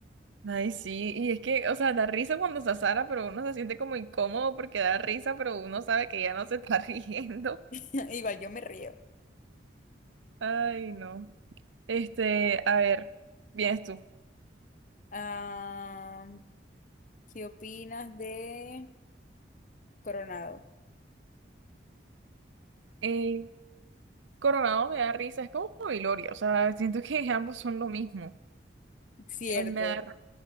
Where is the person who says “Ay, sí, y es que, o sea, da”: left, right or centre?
Right